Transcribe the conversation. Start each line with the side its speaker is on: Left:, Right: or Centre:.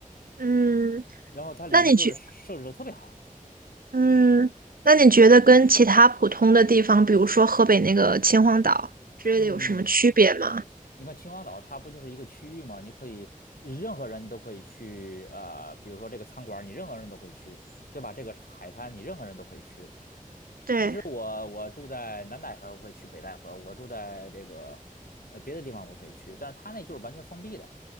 Right: 嗯，
Left: 然后它里面就是设置的特别好。
Right: 那你觉，嗯，那你觉得跟其他普通的地方，比如说河北那个秦皇岛之类的，
Left: 嗯嗯
Right: 有什么区别吗？
Left: 你看秦皇岛它不就是一个区域吗？你可以任何人都可以去，呃，比如说这个餐馆儿你任何人都可以去，对吧？这个海滩你任何人都可以去。
Right: 对，
Left: 其实我我住在南戴河，我可以去北戴河；我住在这个呃别的地方我可以去，但是它那就是完全封闭的。